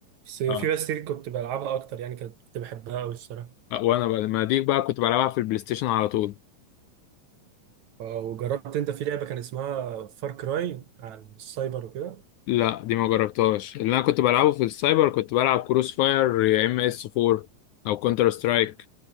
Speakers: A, on the right (about 60°); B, on the left (about 75°).
A: بس فيفا
B: اه
A: ستريت كنت بلعبها اكتر يعني كانت كنت بحبها قوي الصراحه
B: وانا بقى ما دي بقى كنت بلعبها في البلاي ستيشن على طول
A: آه، وجربت انت في لعبه كان اسمها فار كراي عن السايبر وكده
B: لا دي ما جربتهاش اللي انا كنت بلعبه في السايبر كنت بلعب كروس فاير يا ام اس 4 او كونتر سترايك